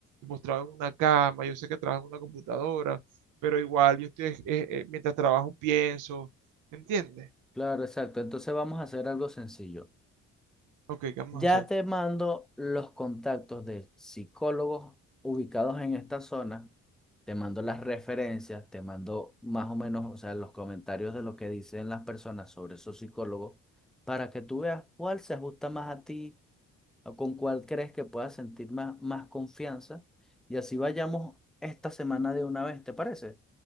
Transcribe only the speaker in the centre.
claro, exacto, entonces vamos a hacer algo sencillo.
Ya
te mando los contactos de psicólogos ubicados en esta zona, te mando las referencias, te mando más o menos, o sea, los comentarios de lo que dicen las personas sobre esos psicólogos, para que tú veas cuál se ajusta más a ti o con cuál crees que puedas sentir más, más confianza y así vayamos esta semana de una vez, ¿te parece?